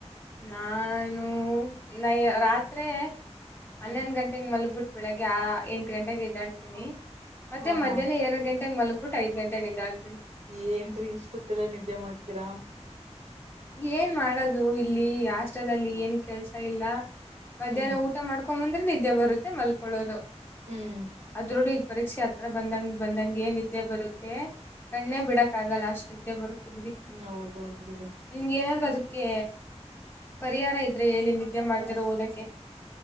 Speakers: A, on the left; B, on the right.
A: ನಾನು ನ ರಾತ್ರಿ ಹನ್ನೊಂದ
B: ಹ್ಮ್
A: ಗಂಟೆಗೆ ಮಲಗ್ಬಿಟ್ಟು ಬೆಳಗ್ ಆ ಎಂಟು ಗಂಟೆಗೆ ಇದ್ದಾಡ್ತೀನಿ ಮತ್ತೆ
B: ಹಾ
A: ಮಧ್ಯಾಹ್ನ
B: ಹಾ
A: ಎರಡು ಗಂಟೆಗೆ ಮಲ್ಗ ಬಟ್ಟ ಐದು ಗಂಟೆ ಗೆ ಹೆಡ್ಡೆಲ್ತೀನಿ
B: ಏನ್ರೀ ಇಷ್ಟ ಗೊತ್ತಿಲ್ಲ ನಿದ್ದೆ ಮಾಡ್ತೀರಾ
A: ಏನ್ ಮಾಡದು ಇಲ್ಲಿ ಆಷ್ಟ್ರಲಾಲ್ಲಿ ಏನು ಕೆಲ್ಸ ಇಲ್ಲ ಮಧ್ಯಾಹ್ನ
B: ಹ್ಮ್
A: ಊಟ ಮಾಡ್ಕೊ ಬಂದ್ರೆ ನಿದ್ದೆ ಬರುತ್ತೆ ಮಲ್ಕೊಳ್ಳೋದು
B: ಹ್ಮ್
A: ಅದ್ರೋಳ ಪರೀಕ್ಷೆ ಹತ್ರ ಬಂದಂಗ ಬಂದಂಗ ನಿದ್ದೆ ಬರುತ್ತೆ ಕಣ್ಣೇ ಬಿಡಕ್ ಆಗಲ್ಲ ಅಷ್ಟ್ ನಿದ್ದೆ ಬರುತ್ತೆ ಬಿಡಿ
B: ಹ್ಮ ಹೌದೌದು ಬಿಡ
A: ನಿಮ್ಗೆ ಏನಾದ್ರು ಅದಕ್ಕೆ ಪರಿಹಾರ ಇದ್ರೆ ಹೇಳಿ ನಿದ್ದೆ ಮಾಡ್ದಾರ ಓದಕ